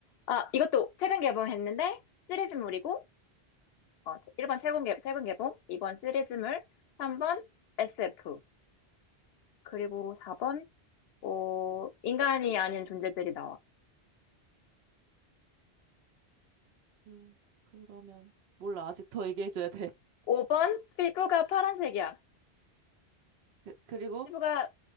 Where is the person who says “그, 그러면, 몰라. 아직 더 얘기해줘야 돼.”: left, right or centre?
Right